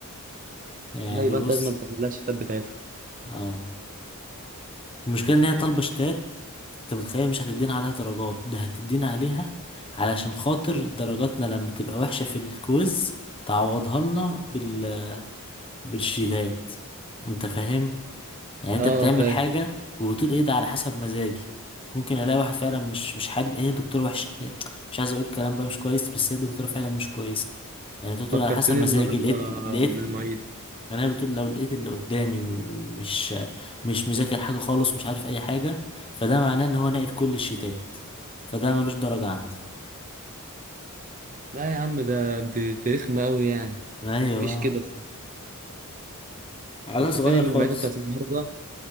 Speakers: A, on the left; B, on the right.
A: يعني
B: لا يبقى
A: بص
B: انت لازم تعمل لها الشيتات بتاعتها
A: اه المشكلة ان هي طالبة شتات انت متخيل مش هتدينا عليها درجات ده هتدينا عليها علشان خاطر درجاتنا لما تبقى وحشة في الكويز تعوضها لنا بال... بالشتات انت فاهم يعني انت
B: اه
A: بتعمل
B: فاهم
A: حاجة وبتقول ايه ده على حسب مزاجي ممكن الاقي واحد فعلا مش مش حد هي دكتورة وحشة هي- مش عايز اقول كلام بقى مش كويس بس هي الدكتورة فعلا مش كويسة يعني انت بتقول
B: فكرتني
A: على حسب مزاجي
B: النهارده
A: لقيت لقيت
B: بالمعيده
A: يعني انا بتقول لو لقيت اللي قدامي م- مش مش مذاكر حاجة خالص مش عارف اي حاجة فده معناه ان هو ناقل كل الشتات فده ملوش درجة عندي
B: لا يا عم ده دي, دي رخمه قوي يعني
A: ايوه
B: مفيش كده الصراحة.
A: على
B: فكرتني
A: صغير
B: بالمعيدة
A: خالص
B: بتاعت النهاردة